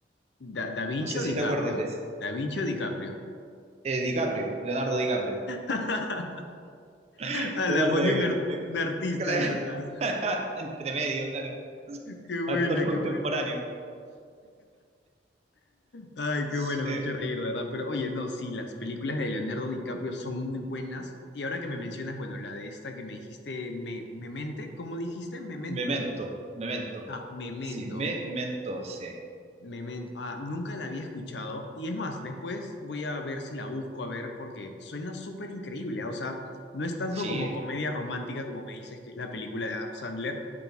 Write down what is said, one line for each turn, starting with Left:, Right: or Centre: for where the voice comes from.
Left: ¿Da, Da Vinci
Right: No sé
Left: o
Right: si
Left: DiCaprio?
Right: te acuerdas de esa.
Left: Da Vinci o DiCaprio.
Right: Eh, DiCaprio, Leonardo DiCaprio.
Left: <laughs>
Right: <laughs>
Left: Ah,
Right: Leonardo
Left: la ponía
Right: DiCaprio.
Left: un, ar-
Right: sí.
Left: un artista
Right: Claro.
Left: ahí. ah, ah,
Right: <laughs> Entre medio, claro.
Left: qué buena,
Right: Actor contemporáneo.
Left: qué buena. Ay,
Right: Sí.
Left: qué bueno, me has hecho reír, de verdad. Pero oye, no, sí, las películas de Leonardo DiCaprio son muy buenas. Y ahora que me mencionas, bueno, la de esta que me dijiste, me, Memente, ¿cómo dijiste? ¿Memente?
Right: Memento, Memento.
Left: Ah, Memento,
Right: Sí, Memento, sí.
Left: Memento. Ah, nunca la había escuchado. Y es más, después voy a ver si la busco, a ver, porque suena súper increíble. ah, O sea, no es tanto
Right: Sí,
Left: como comedia romántica como me dices, que es la película de Adam Sandler,